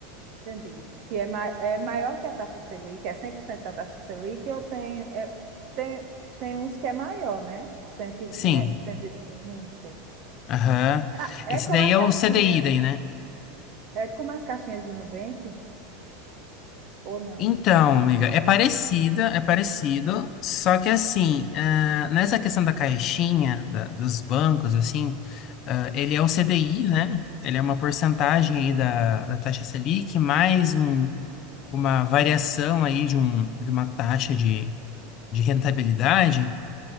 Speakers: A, on the right (about 55°); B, on the left (about 50°).
A: Entendi. Que é, ma é maior que a taxa Selic, é 100% da taxa Selic, eu tenho, é, tem, tem uns que é maior, né? 110,
B: Sim.
A: 105.
B: Aham.
A: Ah, é
B: Esse
A: como
B: daí
A: as
B: é
A: caixinhas,
B: o CDI daí, né?
A: é como as caixinhas de Nubank, ou não?
B: Então, amiga, é parecida, é parecido, só que assim, ah, nessa questão da caixinha, da- dos bancos, assim, ah, ele é o CDI, né? Ele é uma porcentagem aí da, da taxa Selic, mais um- uma variação aí de, um, de uma taxa de, de rentabilidade.